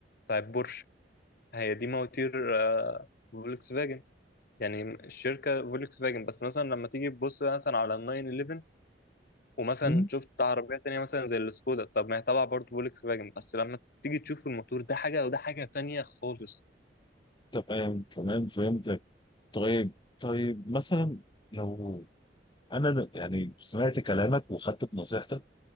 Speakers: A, on the left (about 55°); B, on the left (about 25°).
A: فبورش هي دي مواتير آه، فولكس فاجن يعني الشركه فولكس فاجن بس مثلا لما تيجي تبص مثلا على ال 911 ومثلا
B: مم.
A: شفت عربيه تانية مثلا زي السكودا طب ما هي تبع برضه فولكس فاجن بس لما تيجي تشوف الموتور ده حاجه وده حاجه تانية خالص
B: تمام تمام فهمتك طيب طيب مثلا لو انا د- يعني سمعت كلامك وخدت بنصيحتك